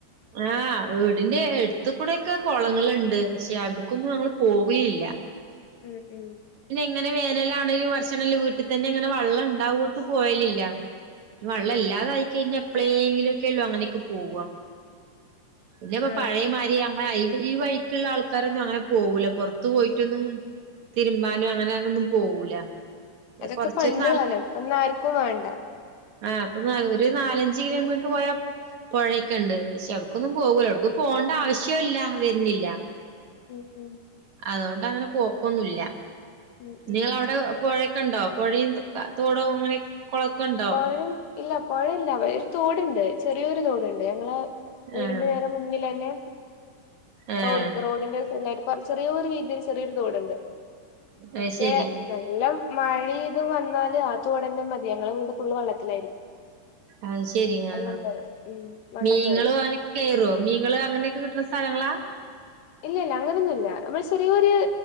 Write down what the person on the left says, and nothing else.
ഉം ഉം
ഉം ഉം
ആഹ്
അതൊക്കെ
പണ്ട് കാലം ഇപ്പൊന്നും ആർക്കും വേണ്ട
ഉം ഉം
ഉം
ഉം
പൊഴ ഇല്ല പൊഴയില്ല വടെ ഒരു തോടുണ്ട് ചെറിയൊരു തോടുണ്ട് ഞങ്ങള് വീടിന്റെ
നേരെ മുന്നിലന്നെ
റോഡ് റോഡിന്റെ ഒരു സൈഡിലായിട്ട് ചെറിയൊരു വീതിയില് ചെറിയൊരു തോടുണ്ട്
പക്ഷെ
നല്ലോം മഴിം ഇതും വന്നാല് ആ തോടെന്നെ മതി ഞങ്ങളെ വീട് ഫുള്ള് വെള്ളത്തിലായിരിക്കും
വെള്ളം
കേറും ഉം വെള്ളം
കേറും
ഇല്ല ഇല്ല അങ്ങനെയൊന്നും ഇല്ല നമ്മൾ ചെറിയൊരു